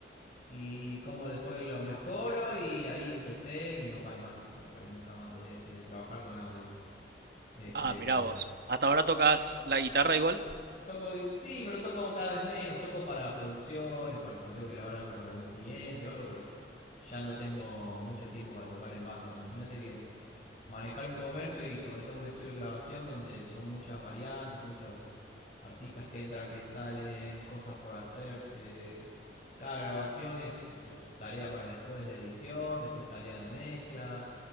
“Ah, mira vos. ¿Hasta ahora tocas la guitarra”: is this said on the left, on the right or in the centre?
Right